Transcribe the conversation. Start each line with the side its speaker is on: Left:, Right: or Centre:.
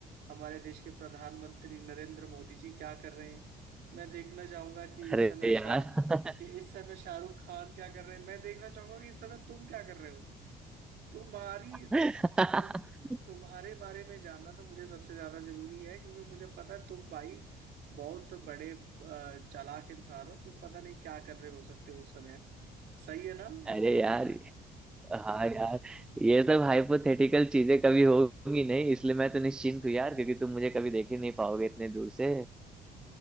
Right: हमारे देश के प्रधानमंत्री नरेंद्र मोदी जी क्या कर रहे हैं मैं देखना चाहूंगा कि इस
Centre: अरे
Right: समय शाह
Centre: यार
Right: कि इस समय शाहरुख खान क्या कर रहे हैं मैं देखना चाहूंगा कि इस समय तुम क्या कर रहे हो तुम्हारी
Centre: <laughs>
Right: तुम तुम्हारे बारे में जानना तो मुझे सबसे ज्यादा जरूरी है क्योंकि मुझे पता है तुम भाई बहुत बड़े अ, चालाक इंसान हो तुम पता नहीं क्या कर रहे हो सकते हो इस समय सही है ना
Centre: अरे यार
Right: <laughs>
Centre: हाँ यार ये सब हाइपोथेटिकल चीजें कभी होगी नहीं इसलिए मैं तो निश्चिंत हूँ यार क्योंकि तुम मुझे कभी देख ही नहीं पाओगे इतने दूर से